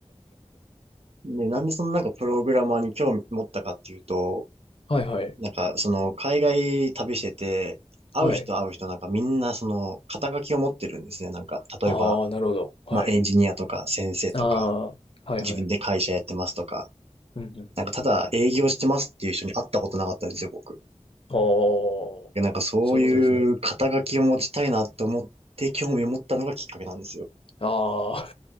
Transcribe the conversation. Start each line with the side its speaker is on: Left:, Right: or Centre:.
Right: で、なんでそのなんかプログラマーに興味持ったかっていうと、
Left: はいはい。
Right: なんかその海外旅してて、会う人会う人なんかみんなその肩書きを持ってるんですね。
Left: はい。
Right: なんか、例えば、
Left: ああ、なるほど。はい。
Right: まあエンジニアとか先生とか、
Left: ああ、はいはい。
Right: 自分で会社やってますとか、
Left: うんうんうん。
Right: なんかただ営業してますっていう人に会ったことなかったんですよ、僕。い
Left: ああ、
Right: やなんかそういう肩書きを持ちたいなと思って興味を持ったのがきっかけなんですよ。
Left: そういうことですね。あ